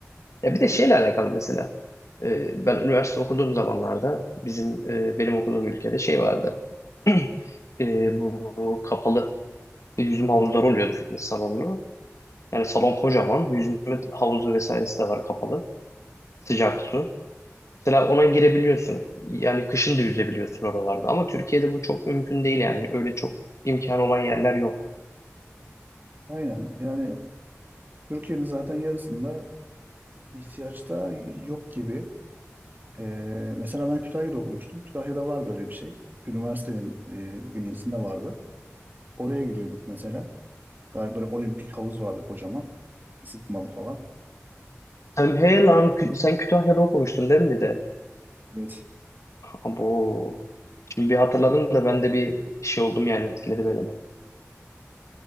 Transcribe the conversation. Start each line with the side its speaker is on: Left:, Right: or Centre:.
Left: Ya bir de şeyle alakalı mesela. e, ben üniversite okuduğum zamanlarda bizim e, benim okuduğum ülkede şey vardı. <clears throat> E, bu, bu kapalı yüzme havuzları oluyordu fitness salonlu. Yani salon kocaman. Yüzme havuzu vesairesi de var kapalı. Sıcak su. Mesela ona girebiliyorsun. Yani kışın da yüzebiliyorsun oralarda. Ama Türkiye'de bu çok mümkün değil yani. Öyle çok imkan olan yerler yok.
Right: Aynen. Yani Türkiye'nin zaten yarısında ihtiyaçta yok gibi. Ee, mesela ben Kütahya'da okumuştum. Kütahya'da vardı öyle bir şey. Üniversitenin e, bünyesinde vardı. Oraya gidiyorduk mesela. Galiba böyle olimpik havuz vardı kocaman. Isıtmalı falan.
Left: Sen, hey lan, Kü- sen Kütahya'da okumuştun değil mi
Right: Evet.
Left: Bu şimdi bir hatırladım da ben de bir şey oldum yani etkiledi beni de.